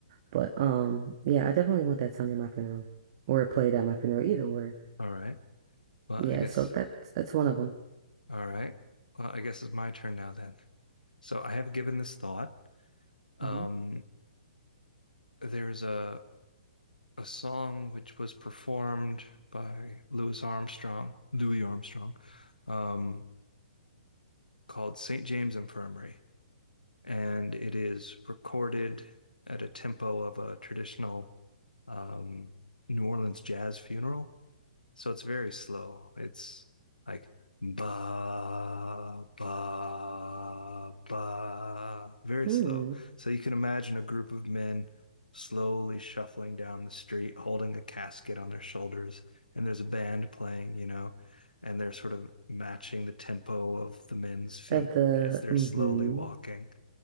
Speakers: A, on the right; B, on the left.
A: But um, yeah, I definitely want that sung at my funeral or played at my funeral, either or.
B: All right. Well,
A: Yeah,
B: I guess.
A: so that's that's one of them.
B: All right. Well, I guess it's my turn now then. So I have given this thought. Um,
A: hmm
B: there's a a song which was performed by Louis Armstrong, Louis Armstrong, um, called St. James Infirmary. And it is recorded at a tempo of a traditional um, New Orleans jazz funeral. So it's very slow. It's like ba ba ba, very
A: hmm
B: slow. So you can imagine a group of men slowly shuffling down the street, holding a casket on their shoulders, and there's a band playing, you know, and they're sort of matching the tempo of the men's feet
A: Of the
B: as they're
A: hmm
B: slowly walking.